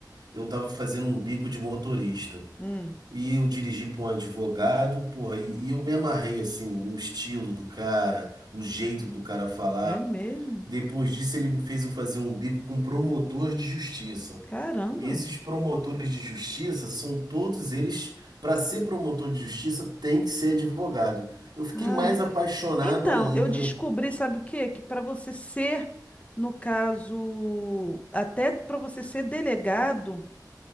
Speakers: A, on the right (about 70°); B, on the left (about 20°).
A: eu estava fazendo um bico de motorista
B: Hum,
A: e eu dirigi para um advogado, porra, e, e eu me amarrei assim no estilo do cara, o jeito do cara falar.
B: é mesmo?
A: Depois disso, ele me fez eu fazer um bico com promotor de justiça.
B: Caramba.
A: E esses promotores de justiça são todos eles, para ser promotor de justiça, tem que ser advogado. Eu fiquei
B: Ah,
A: mais
B: é.
A: apaixonado
B: Então,
A: ainda.
B: eu descobri, sabe o quê? Que para você ser, no caso, até para você ser delegado,